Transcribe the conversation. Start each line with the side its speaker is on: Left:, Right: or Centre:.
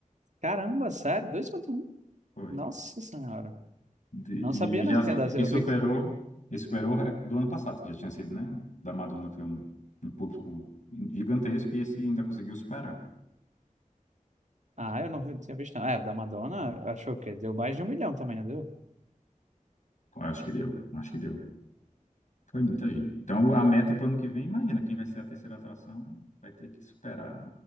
Right: Caramba, sério? 2 ponto um?
Left: foi.
Right: Nossa senhora.
Left: De-
Right: Não
Left: e
Right: sabia
Left: já
Right: não que tinha dado.
Left: e
Right: Eu
Left: superou,
Right: vi que...
Left: e superou o rec- do ano passado, que já tinha sido, né? Da Madonna foi um, um público gigantesco e esse ainda conseguiu superar.
Right: Ah, eu não vi- tinha visto não. É, o da Madonna, achou que deu mais de um milhão também, não deu?
Left: Eu acho que deu, acho que deu. Foi muita gente. Então, a meta para o ano que vem, imagina, quem vai ser a terceira atração vai ter que superar